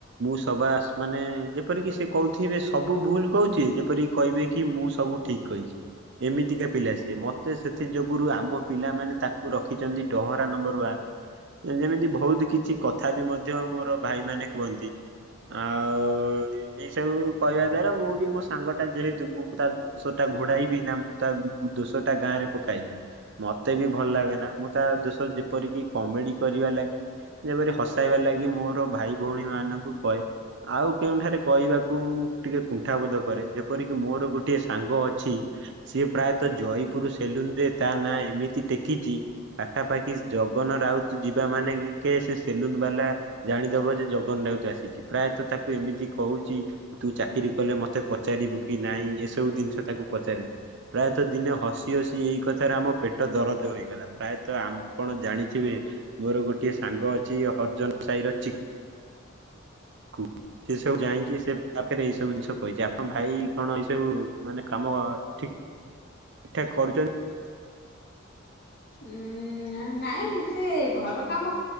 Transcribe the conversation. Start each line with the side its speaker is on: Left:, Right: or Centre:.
Right: ମୁଁ ସବାସ ମାନେ ଯେପରିକି ସେ କହୁଥିବେ ସବୁ ଭୁଲ କହୁଛି ଯେପରି କହିବେ କି ମୁଁ ସବୁ ଠିକ କହିଛି। ଏମିତିକା ପିଲା ସିଏ। ମତେ ସେଥି ଯୋଗୁରୁ ଆମ ପିଲାମାନେ ତାକୁ ରଖିଛନ୍ତି ଡହରା ନମ୍ବର ୱାନ। ଏ ଯେମିତି ବହୁତ କିଛି କଥା ବି ମଧ୍ୟ ମୋର ଭାଇ ମାନେ କୁହନ୍ତି। ଆଉ ଏଇ ସବୁ କହିବା ଦ୍ଵାରା ମୁଁ ବି ମୋ ସାଙ୍ଗ ଟା ଯେହେତୁ ମୁଁ ତା ଦଶ ଟା ଘୋଡାଇବି ନା ମୁଁ ତା ଦୋଶ ଟା ଗାଁ ରେ ପକାଇବି। ମତେ ବି ଭଲ ଲାଗେନା ମୁଁ ତା ଦୋଶ ଯେପରିକି କମେଡି କରିବା ଲାଗି ଯେପରି ହସାଇବା ଲାଗି ମୋର ଭାଇ ଭଉଣୀ ମାନଙ୍କୁ କଏ। ଆଉ କେଉଁଠାରେ କହିବାକୁ ମୁଁ ଟିକେ କୁଣ୍ଠା ବୋଧକ କରେ ଯେପରିକି ମୋର ଗୋଟିଏ ସାଙ୍ଗ ଅଛି। ସିଏ ପ୍ରାୟତଃ ଜୟୀପୁର ସେଲୁନରେ ତା ନାଁ ଏମିତି ଟେକିଛି। ପାଖାପାଖି ଜଗନ ରାଉତ ଯିବା ମାନେ କେ ସେ ସେଲୁନ ବାଲା ଜାଣିଦବ ଯେ ଜଗନ ରାଉତ ଆସିଛି। ପ୍ରାୟତଃ ତାକୁ ଏମିତି କହୁଛି। ତୁ ଚାକିରି କଲେ ମତେ ପଚ ପଚାରିବୁ କି ନାଇଁ ଏସବୁ ଜିନିଷ ତାକୁ ପଚାରି। ପ୍ରାୟତଃ ଦିନେ ହସି ହସି ଏଇ କଥାରେ ଆମ ପେଟ ଦରଜ ହୋଇଗଲା। ପ୍ରାୟତଃ ଆପଣ ଜାଣିଥିବେ ମୋର ଗୋଟିଏ ସାଙ୍ଗ ଅଛି ହରିର୍ନ ସାହିର ଚି କୁ ସେ ସବୁ ଯାଇକି ସେ ତାପରେ ଏଇ ସବୁ ଜିନିଷ କହିଛି। ଆ ହଁ ଭାଇ କଣ ଏଇ ସବୁ ମାନେ କାମ ଠିକ। ଠାକ କରୁଛନ୍ତି।
Left: ଉଁ ନାଇଁ ସେ ଘର କାମ